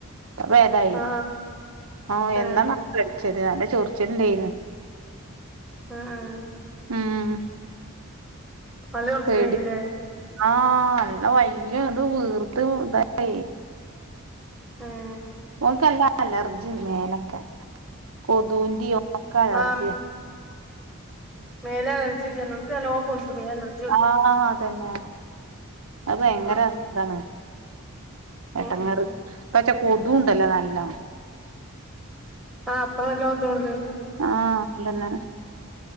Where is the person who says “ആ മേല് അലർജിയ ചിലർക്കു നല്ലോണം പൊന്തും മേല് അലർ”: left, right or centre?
Centre